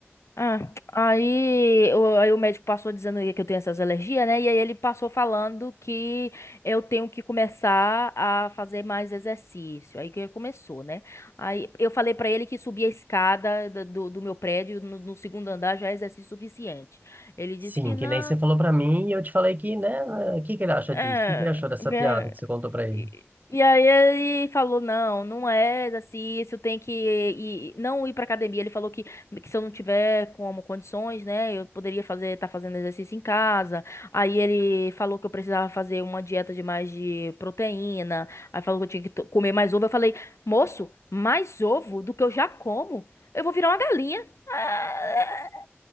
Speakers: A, on the left; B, on the right.
A: Ah, aí, o- aí o médico passou dizendo que eu tenho essas alergias, né? E aí ele passou falando que eu tenho que começar a fazer mais exercício. Aí que começou, né? Aí eu falei pra ele que subir a escada da- do, do meu prédio no, no segundo andar já é exercício suficiente. Ele disse
B: Sim,
A: que não,
B: que nem você falou pra mim, e eu te falei que, né? O que que ele acha
A: é,
B: disso? O que que ele achou dessa
A: é,
B: piada que você contou pra ele?
A: E, e aí ele falou, não, não é exercício, tem que ir, não ir pra academia. Ele falou que, que se eu não tiver como condições, né, eu poderia fazer, tá fazendo exercício em casa. Aí ele falou que eu precisava fazer uma dieta de mais de proteína. Aí falou que eu tinha que to- comer mais ovo. Eu falei, moço, mais ovo do que eu já como? Eu vou virar uma galinha. Ah,